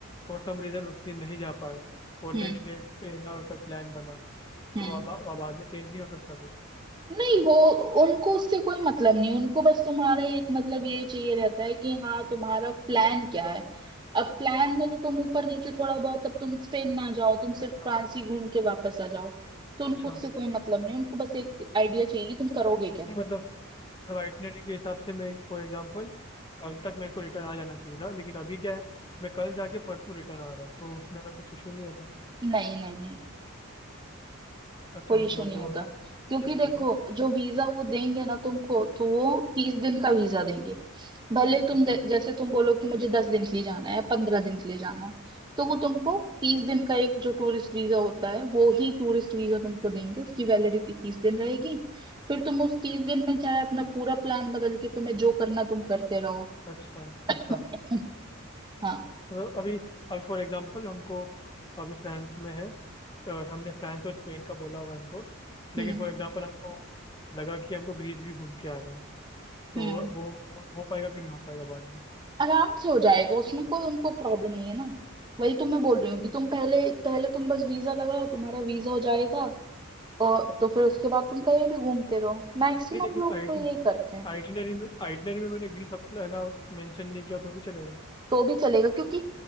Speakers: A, on the left (about 20°); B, on the right (about 20°).
A: फॉर सम रीज़न उतनी नहीं जा पाए और
B: हम्म
A: नेक्स्ट डे पे ना अगर प्लान बना तो
B: हम्म
A: अब अब बाद में चेंज नहीं हो सकता फिर
B: नहीं वो उनको उससे कोई मतलब नहीं उनको बस तुम्हारा एक मतलब यही चाहिए रहता है कि हाँ तुम्हारा प्लान क्या है अब प्लान में तो तुम ऊपर नीचे थोड़ा बहुत अब तुम स्पेन ना जाओ तुम
A: अच्छा
B: सिर्फ फ्रांस ही घूम के वापस आ जाओ तो उनको
A: अच्छा
B: उससे कोई मतलब नहीं उनको बस एक आइडिया चाहिए कि तुम करोगे क्या
A: नहीं मतलब वाइटनरी के हिसाब से मैं फॉर एग्जांपल कल तक मेरे को रिटर्न आ जाना चाहिए था लेकिन अभी क्या है मैं कल जाके परसों रिटर्न आ रहा हूँ तो उसमें ऐसा कुछ इशू नहीं होता
B: नहीं नहीं नहीं
A: अच्छा
B: कोई इशू
A: मतलब
B: नहीं
A: वो
B: होता
A: सब
B: क्योंकि
A: ठीक
B: देखो
A: होता है
B: जो वीजा वो देंगे ना तुमको तो वो तीस दिन का वीजा देंगे भले तुम
A: अच्छा
B: जै- जैसे तुम बोलो कि मुझे दस दिन के लिए जाना है या पंद्रह दिन के लिए जाना है तो वो तुमको तीस दिन का एक जो टूरिस्ट वीजा होता है वो ही टूरिस्ट वीजा तुमको देंगे उसकी वैलिडिटी तीस दिन रहेगी फिर तुम उस तीस दिन में चाहे अपना पूरा प्लान बदल के तुम्हें जो करना तुम करते रहो
A: अच्छा अच्छा
B: <laughs> हाँ
A: तो अभी अभी फॉर एग्जांपल हमको अभी फ्रांस में है तो हमने फ्रांस और स्पेन का बोला हुआ है हमको लेकिन
B: हम्म
A: फॉर एग्जांपल हमको लगा कि हमको ग्रीस भी घूम के आना है तो
B: हम्म
A: वो वो हो पाएगा कि नहीं हो पाएगा बाद में
B: आराम से हो जाएगा उसमें कोई उनको प्रॉब्लम नहीं है ना वही तो मैं बोल रही हूँ
A: हम्म,
B: कि तुम पहले पहले तुम बस वीजा लगाओ तुम्हारा वीजा हो जाएगा और तो फिर उसके बाद तुम कहीं भी घूमते रहो मैक्सिमम
A: नहीं लेकिन
B: लोग तो यही करते हैं
A: आइटिनरी में आइटिनरी में मैंने ग्रीस अप है ना मेंशन नहीं किया तो भी चलेगा
B: तो भी चलेगा क्योंकि